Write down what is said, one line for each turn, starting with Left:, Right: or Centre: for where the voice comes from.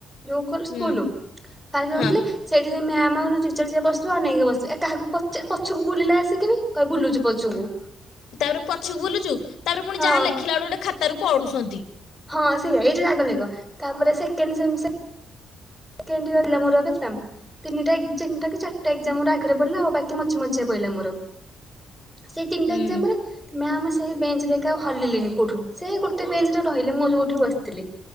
Centre: ଯୋଉ ଖୋ ସ୍କୁଲ
Left: ହୁଁ।
Centre: ସେଇଠି
Left: ହଁ
Centre: ସେ ମ୍ୟାାମ ଆଉ ଟିଚର୍ ଯିଏ ବସଥିବ ଅନେଇକି ବସିଥିବ ଏ କାହାକୁ ପଚ୍ ପଛକୁ ବୁଲିଲେ ଆସିକି ବି କହିବ ବୁଲୁଛୁ ପଛୁକୁ।
Left: ତାପରେ ପଛକୁ ବୁଲୁଛୁ ତାପରେ ପୁଣି
Centre: ହଁ
Left: ଯାହା ଲେଖିଲା ବେଳୁ ଗୋଟେ ଖାତାରୁ ପଢୁଛନ୍ତି।
Centre: ହଁ ସେଇଆ ଏଇ ଯୋ ରାଗ ଲାଗିବ ତାପରେ ସେକଣ୍ଡ ସେମିଷ୍ଟର। <unintelligible> ତିନିଟା ଏକ୍ଜାମ ଟାକୁ ଚାରିଟା ଏକ୍ଜାମ ମୋର ଆଗରେ ପଡିଲା। ଆଉ ବାକି ମଝି ମଝିଆ ପଇଲା ମୋର। ସେଇ ତିନିଟା
Left: ହୁଁ।
Centre: ଏକ୍ଜାମ ରେ ମ୍ୟାମ ସେଇ ବେଞ୍ଚରେ ଏକା ହଲିଲେନି କୋଉଠୁ ସେଇ ଗୋଟେ ବେଞ୍ଚରେ ରହିଲେ ମୁଁ ଯୋଉଠି ବସିଥିଲି।